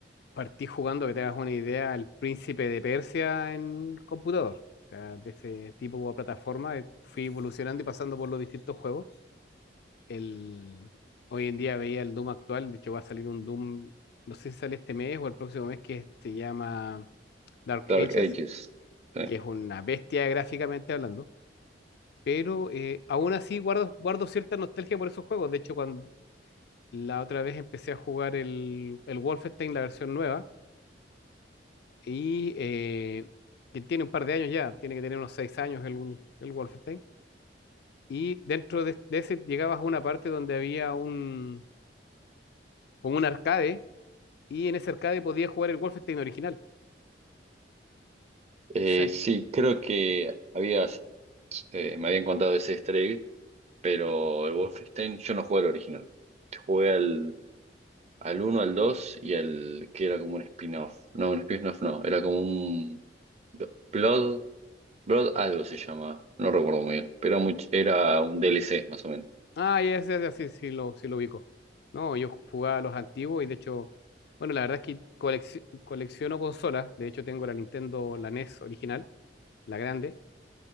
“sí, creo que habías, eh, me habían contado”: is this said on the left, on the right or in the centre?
Right